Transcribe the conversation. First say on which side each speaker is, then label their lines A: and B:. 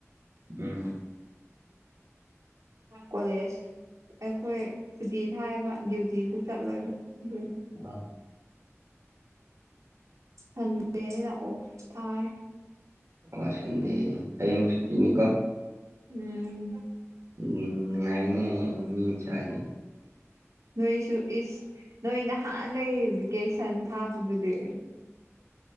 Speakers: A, on the right; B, on the right.
A: ꯎꯝ
B: ꯀꯣꯂꯦꯖ ꯑꯩꯈꯣꯏ ꯁꯨꯇꯤ ꯊꯥꯏꯌꯦꯕ ꯗ꯭ꯌꯨꯇꯤꯁꯨ ꯆꯠꯂꯣꯏꯕ ꯑꯗꯨꯏꯅꯤ
A: <unintelligible>
B: ꯁꯟꯗꯦꯅꯤꯅ ꯑꯣꯐ ꯊꯥꯏ
A: ꯑꯣ ꯁꯟꯗꯦ ꯍꯌꯦꯡ ꯁꯨꯇꯤꯅꯤꯀꯣ
B: ꯎꯝ
A: ꯎꯝ ꯅꯨꯡꯉꯥꯏꯅꯦ ꯃꯤ ꯃꯆꯥꯗꯤ
B: ꯅꯣꯏꯁꯨ ꯏꯁ ꯅꯣꯏ ꯅꯍꯥꯟꯗꯩꯒꯤ ꯚꯦꯀꯦꯁꯟ ꯊꯥꯕꯗꯨꯗꯤ